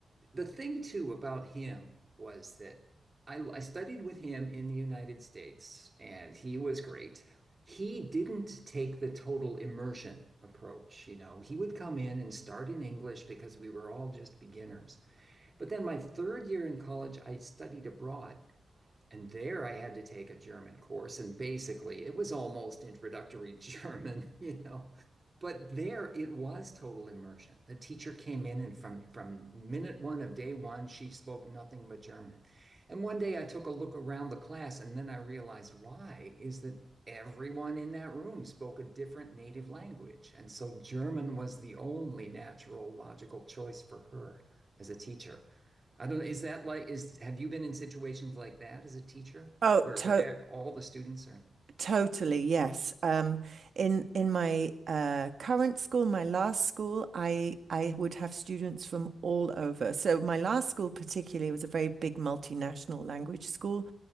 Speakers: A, on the right (about 30°); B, on the right (about 60°).
A: the thing too about him was that I I studied with him in the United States, and he was great. He didn't take the total immersion approach, you know. He would come in and start in English because we were all just beginners. But then my third year in college, I studied abroad. And there I had to take a German course. And basically, it was almost introductory <laughs> German, you know. But there it was total immersion. The teacher came in, and from, from minute one of day one, she spoke nothing but German. And one day I took a look around the class, and then I realized why is that everyone in that room spoke a different native language. And so German was the only natural, logical choice for her as a teacher. I don't know. Is that like is have you been in situations like that as a teacher
B: Oh,
A: where
B: to
A: where e- all the students are?
B: Totally, yes. Um, in in my uh, current school, my last school, I I would have students from all over. So my last school particularly was a very big multinational language school,